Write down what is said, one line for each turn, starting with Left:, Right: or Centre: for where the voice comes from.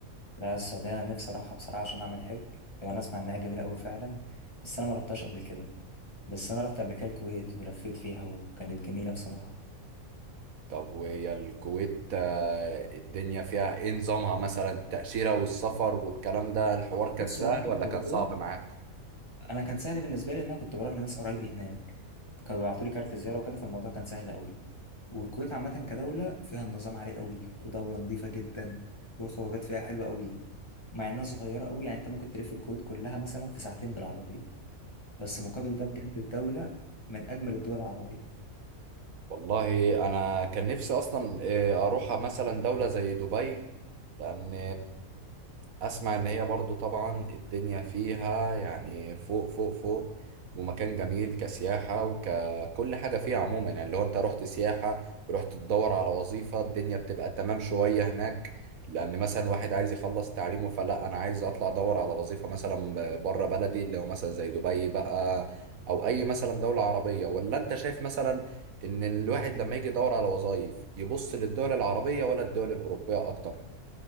Left: لا السعودية أنا نفسي أروحها بصراحة عشان أعمل حج يعني أنا أسمع إنها جميلة أوي فعلا بس أنا ما رحتش قبل كده بس أنا رحت قبل كده الكويت ولفيت فيها وكانت جميلة بصراحة
Right: طب وهي الكويت آه، الدنيا فيها ايه نظامها مثلا التأشيرة والسفر والكلام ده الحوار كان
Left: بص
Right: سهل
Left: هو أنا كنت
Right: ولا كان
Left: بروح
Right: صعب معاك؟
Left: أنا كان سهل بالنسبة لي إن أنا كنت بروح لناس قرايبي هناك كانوا بيبعتوا لي كارت زيارة وكده فالموضوع كان سهل أوي والكويت عامة كدولة فيها النظام عالي أوي ودولة نظيفة جدا والخروجات فيها حلوة أوي مع إنها صغيرة أوي يعني أنت ممكن تلف الكويت كلها مثلا في ساعتين بالعربية بس مقابل ده بجد الدولة من أجمل الدول العربية
Right: والله انا كان نفسي اصلا آه، اروح مثلا دولة زي دبي لان اسمع ان هي برضو طبعا الدنيا فيها يعني فوق فوق فوق ومكان جميل كسياحة وككل حاجة فيها عموما يعني لو انت رحت سياحة ورحت تدور على وظيفة الدنيا بتبقى تمام شوية هناك لان مثلا واحد عايز يخلص تعليمه فلا انا عايز اطلع ادور على وظيفة مثلا بره بلدي اللي هو مثلا زي دبي بقى او اي مثلا دولة عربية ولا انت شايف مثلا ان الواحد لما يجي يدور على وظائف يبص للدول العربية ولا الدول الأوروبية اكتر